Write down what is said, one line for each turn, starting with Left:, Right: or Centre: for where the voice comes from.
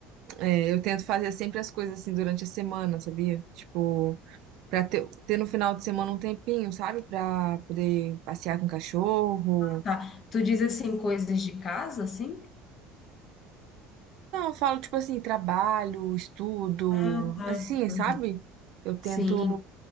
Right: é, eu tento fazer sempre as coisas assim durante a semana, sabia? Tipo, pra ter, ter no final de semana um tempinho, sabe? Pra poder passear com o cachorro,
Left: Tá. Tu diz assim coisas de casa assim?
Right: Não, eu falo, tipo assim, trabalho, estudo,
Left: Ah, tá.
Right: assim,
Left: Uhum.
Right: sabe? Eu tento.
Left: Sim.